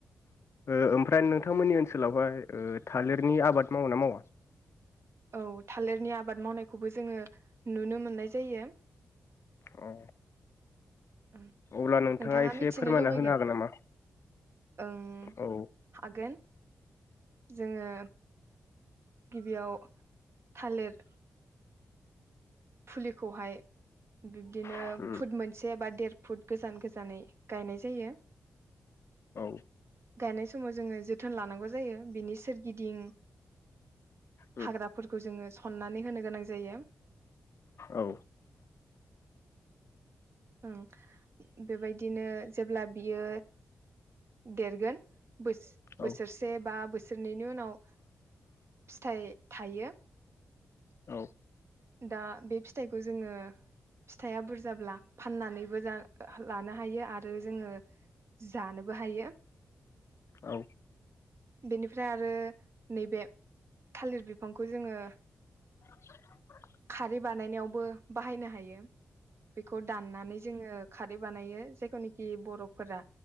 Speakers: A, on the left; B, on the right.
A: ओ ओमफ्राय नोंथांमोननि ओनसोलावहाय ओ थालिरनि आबाद मावो ना मावा? <inaudible>
B: औ थालिरनि आबाद मावनायखौबो जोङो नुनो मोननाय जायो।
A: औ
B: उम
A: अब्ला
B: नोंथाङा
A: एसे
B: मिथिनो
A: फोरमायना
B: लुबैगोन
A: होनो हागोन नामा?
B: ओं
A: औ
B: हागोन जोङो। गिबियाव थालेर फुलिखौहाय बिब्दिनो
A: उम
B: फुट मोनसे बा देर फुट गोजान गोजानै गायनाय जायो।
A: औ
B: गायनाय समाव जोङो जोथोन लानांगौ जायो बिनि सोर गिदिं
A: उम
B: हाग्रा फोरखौ जोङो। सननानै होनो गोनां जायो।
A: औ
B: ओं बेबायदिनो जेब्ला बियो देरगोन बोसोरसे
A: औ
B: बा बोसोरनैनि उनाव फिथाइ थायो।
A: औ
B: दा बे फिथाइखौ जोङो फिथाइया बुरजाब्ला फाननानैबो लानो हायो आरो जोङो जानोबो हायो।
A: औ
B: बेनिफ्राय आरो नैबे थालिर बिफांखौ जोङो
A: <inaudible>
B: खारै बानायनायावबो बाहायनो हाय बेखौ दाननानै जोङ खारै बानायो जायखौनिखि बर'फोरा